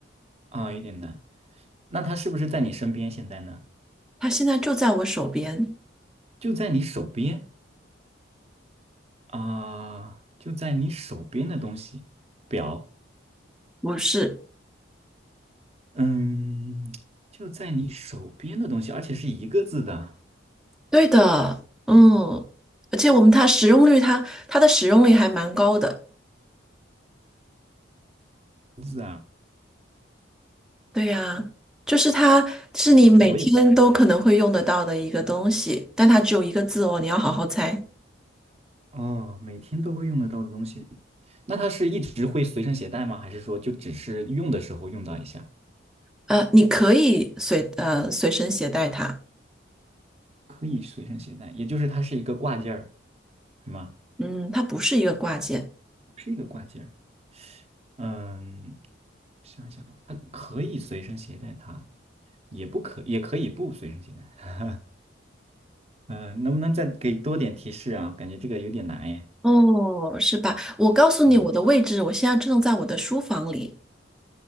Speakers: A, on the right; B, in the centre.
A: 啊，有点难，那它是不是在你身边现在呢？
B: 它现在就在我手边，
A: 就在你手边啊，就在你手边的东西，表，
B: 不是，
A: 嗯，就在你手边的东西，而且是一个字的
B: 对的，嗯，而且我们它使用率它，它的使用率还蛮高的，
A: 字啊，
B: 对呀，就是它是你每天都可能会用得到的一个东西，
A: 否则我也不知
B: 但它只有一个字哦，你要好好猜，
A: 道哦，每天都会用得到的东西，那它是一直会随身携带吗？还是说就只是用的时候用到一下，
B: 呃，你可以随呃随身携带它。
A: 可以随身携带，也就是它是一个挂件儿，是吗？
B: 嗯，它不是一个挂件，
A: 是一个挂件儿，嗯，想想，它可以随身携带它，也不可，也可以不随身携带。嗯，能不能再给多点提示啊？感觉这个有点难耶。
B: 哦，是吧？我告诉你我的位置，
A: 嗯，
B: 我现在正在我的书房里。